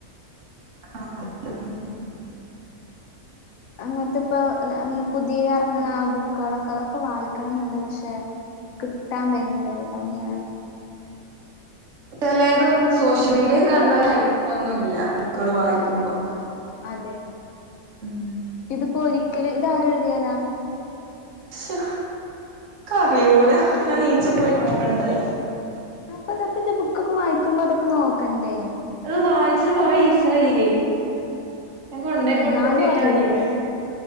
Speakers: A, on the right; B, on the left.
A: <inaudible>
B: അന്നാത്ത്പ്പൊ പുതിയ ങ്ങ്നാ ബുക്കുകളൊക്കെ അതൊക്കെ വായിക്കണന്ന്ണ്ട് പക്ഷെ കിട്ടാം ബയങ്കര പണിയാണ്
A: ചെലേതൊന്നും സോഷ്യ മീഡിയെ
B: ഇതിപ്പോ
A: കാണ്ണ ഹൈപ്പൊന്നുല്ല ബുക്കള് വായിക്കുമ്പോ
B: അതെ
A: ഉം
B: ഇതിപ്പോ ഒരിക്കല് ഇതാരെഴുതിയതാ
A: ശോ ക്കറിയൂല ഞാൻ നീച്ച് പോയി നോക്കണ്ടേ
B: അപ്പൊ ത <unintelligible> ബുക്കൊക്കെ വായിക്കുമ്പോ അതൊക്കെ നോക്കണ്ടേ
A: അത് വായിച്ചിട്ട് കൊറേ ഇസായി ഞാ കൊണ്ടോയി
B: എന്നാലും
A: കൊടുത്തിട്ടില്ലാന്നൊള്ള്
B: അറിയൂല്ലേ